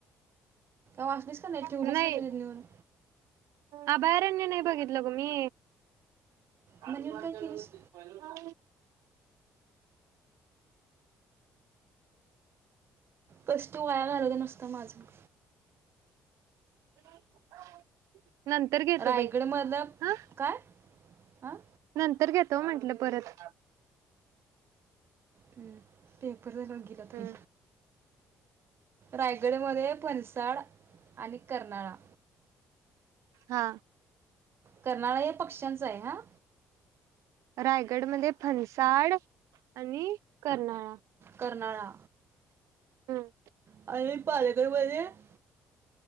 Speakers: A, on the right (about 50°); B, on the right (about 80°).
A: वाचलीस का ठेवलीस
B: नाही
A: नसतं तिथं नेऊन
B: अभयारण्य नाही बघितलं ग मी काफी
A: मग नेऊन
B: मारयलागत
A: काय केलीस
B: पाहि ह
A: कस् तो वया घाललं नसत माझं
B: ह नंतर घेतो
A: रायगडमधलं
B: बाई हा
A: काय हां
B: नंतर घेतो त म्हटलं परत
A: हम्म पेपर ते लंगलातोई
B: हम्म
A: रायगडमध्ये फनसाळ आणि कर्नाळा
B: हा
A: कर्नाळा या पक्ष्यांच आहे हा
B: रायगड मध्ये फनसाड आणि कर्नाळा
A: कर्नाळा
B: हम्.
A: आणि पालघर मधे <inaudible>